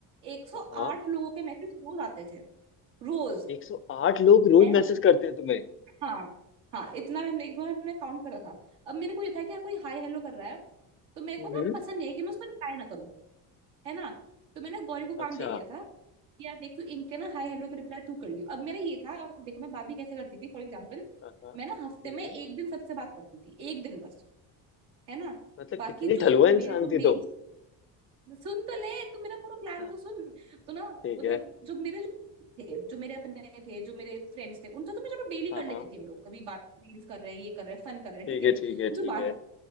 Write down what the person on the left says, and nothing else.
हाँ हाँ
एक सौ आठ लोग रोज
मैसेज करते हैं तुम्हें
हम्म
अच्छा
हाँ हाँ
हम्म
मतलब
कितनी
ढलुआ
इंसान
थी तुम
हाँ
ठीक
है
हाँ
हाँ
ठीक
है ठीक है
ठीक
है